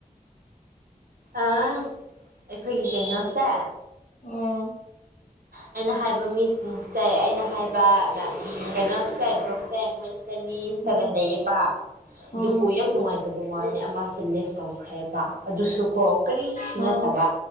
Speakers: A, on the right (about 85°); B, on the left (about 60°).
A: ꯑ ꯥꯑꯩꯈꯣꯏꯒꯤ ꯀꯩꯅꯣꯁꯦ
B: ꯎꯝ
A: ꯑꯩꯅ ꯍꯥꯏꯕ ꯃꯤꯁꯤꯡꯁꯦ ꯑꯩꯅ ꯍꯥꯏꯕ ꯀꯩꯅꯣ ꯁꯦꯜ ꯍꯦꯜꯞ ꯒ꯭ꯔꯨꯞꯁꯦ ꯃꯣꯏ ꯃꯤ
B: ꯎꯝ
A: ꯁꯚꯦꯟ ꯂꯩꯌꯦꯕ
B: ꯎꯝ
A: ꯗꯨꯕꯨ ꯌꯥꯝ ꯅꯨꯡꯉꯥꯏꯇꯦ <unintelligible> ꯂꯦꯞ ꯇꯧꯈ꯭ꯔꯦꯕ ꯑꯗꯨꯁꯨ ꯀꯣ ꯀꯔꯤꯁꯨ
B: ꯎꯝ
A: ꯅꯠꯇꯕ